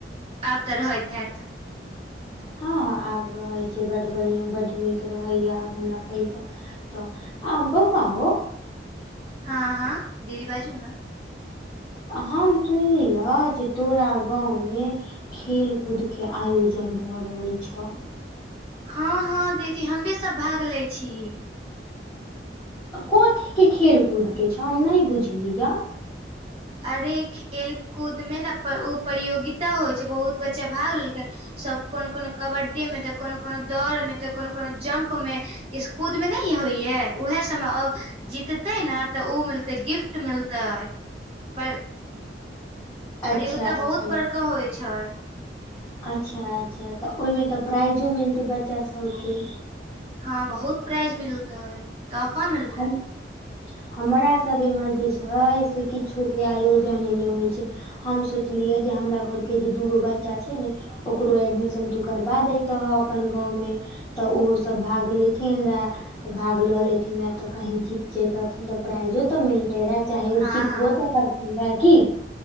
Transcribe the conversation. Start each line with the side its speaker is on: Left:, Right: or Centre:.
Right: आब त रहैत हैत
Left: हँ हँ आब रहय छय बड बढ़िआं बड नीक रहैय आब हमरा पैसा त आ बौआ हो
Right: हँ हँ दी बाजू न
Left: हम सुनलीह जे तोरा गाँव में खेल कूद के आयोजन भ रहल छ
Right: हँ हँ दीदी हम ही सब भाग ले छी
Left: कथी के खेल कूद के छ हम नै बुझलियह
Right: अरे खेल कूद में ने उ प्ररियोगिता होइ छय बहुत बच्चा भाग लेलकै सब कोनो कोनो कबड्डी में त कोनो कोनो दौड़ में त कोनो कोनो जंप पं में इस कूद मे न होइयै उएहे सब मे जीतते ने त उ मिलत त गिफ्ट मिलतय पै प्ररियोगिता
Left: अच्छा अच्छा
Right: बहुत बड़का होइ छय
Left: अच्छा अच्छा त ओहि मे त प्राइजो मिलतै बच्चा सबके
Right: हँ बहुत प्राइज मिलतै तोफा मिलतय
Left: हम हमरा सब एम्हर जे छै से किछो के आयोजन नै होइ छै हम सोचलियै जे हमरा घर के जे दूगो बच्चा छै ने ओकरो एडमिशन तू करवा दैतह अपन गाँव मे त ओहो सब भाग लेथिन रहे त भाग ल लेथिन ए मे त कहीं जी जैतथिन त प्राइजो त मिलतै ने चाहे ओ
Right: हँ
Left: सिखबो
Right: हँ
Left: त करतै दय की